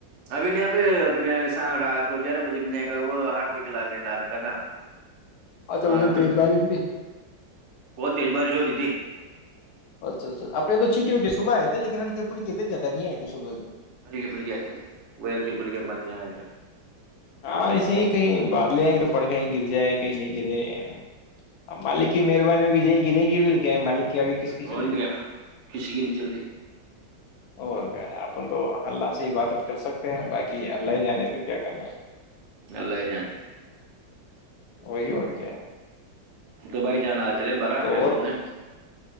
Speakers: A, on the right; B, on the left.
A: ابھی نہیں پ اپنےام رات کو گیارہ بجے میں نےا وہ ہر تو کے لال نہیں ڈال رکھا تھا
B: اچھا
A: ہاں
B: ادھر تیز
A: ہ
B: بارش تھی
A: بہت تیز بارش ہو رہی تھی
B: اچھا اچھا اپپ تو چھٹٹی وٹے صبحئے تھ لیکنلکے پھکیتےے زیاہ نہیں آ تھے صبح
A: ول کے پلک کے آئے تھے وہل کے پھلکے ہمارے نہیں آئے تھ
B: ہاں ایسے ہی کہیں بادلے آئیں تو پڑ گیں گر جائے کہیں نہیں گرے ا مالک کی مہربانی ہوگی جیں گرے گی کیا مالک کے آگے کس کی
A: ر
B: چلی بھائی
A: د کا خش گ ن چلتی
B: اور کیا آپ تو اللہ سے ہی باتت کر سکتے ہیں باقی اللہ ہی جانے پھر کیا کر رہا
A: نلہ ے
B: وہی اور کیا ہے
A: دبئی جانا چلے بارہ
B: تو
A: پھر
B: اور
A: گھومنے